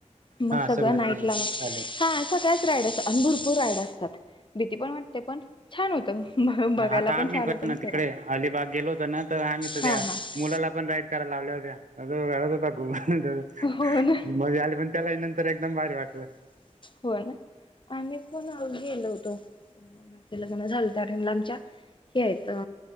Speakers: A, on the left; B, on the right.
A: मग
B: हा
A: सगळं नाईटला
B: ते चालेल
A: हां. सगळ्याच राईड असतं आणि भुरपूर राईड असतात, भीती पण वाटते पण छान होतं. बघायला
B: आता आम्ही
A: छान
B: पण
A: होतं आणि
B: ना तिकडे,
A: फिरायला
B: अलिबाग गेलो होतो ना तर आम्ही तर
A: हा
B: त्या.
A: हा
B: मुलाला पण राईड करायला लावल्या होत्या, अजून रडत होता खूप.
A: हो ना
B: मजा आली पण त्याला नंतर एकदम भारी वाटलं.
A: होय ना आम्ही पण गेलो होतो. <unintelligible> यायच.